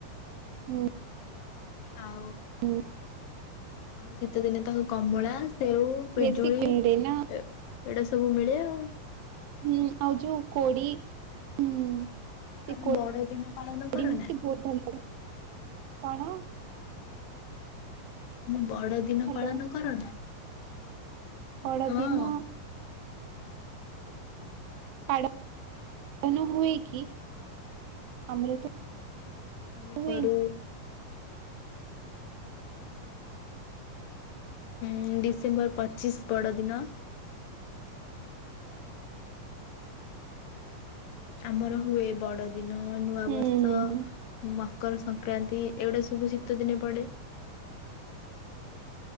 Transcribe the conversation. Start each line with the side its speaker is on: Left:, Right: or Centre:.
Right: ହୁଁ।
Left: ଆଉ
Right: ହୁଁ
Left: ଆଉ ଶୀତ ଦିନେ ତ କମଳା, ସେଉ, ପିଜୁଳି
Right: ବେଶୀ କୁହୁଡେ
Left: ଏ
Right: ନା
Left: ଏଇଟା ସବୁ ମିଳେ ଆଉ।
Right: ହୁଁ ଆଉ ଯୋଉ କୋଡ଼ି ହୁଁ। ସେ
Left: ତମେ
Right: କୋ
Left: ବଡ ଦିନ ପାଳନ କର
Right: <unintelligible>
Left: ନା
Right: ବହୁତ ଭଲ କଣ?
Left: ମୁଁ ବଡ ଦିନ
Right: ହ୍ୟାଲୋ
Left: ପାଳନ କର ନା?
Right: ବଡଦିନ!
Left: ହଁ
Right: ପାଡ ପାଲାନ ହୁଏ କି? ଆମର ତ
Left: ହଁ ଆମେ
Right: ହୁଏନି
Left: କରୁ। ହୁଁ ଡିସେମ୍ବର ପଚିଶ ବଡ଼ଦିନ। ଆମର ହୁଏ ବଡ ଦିନ ନୂଆ
Right: ହୁଁ
Left: ବର୍ଷ
Right: ହୁଁ ହୁଁ
Left: ମ ମକର ସଂକ୍ରାନ୍ତି ଏଗୁଡା ସବୁ ଶୀତ ଦିନେ ପଡେ।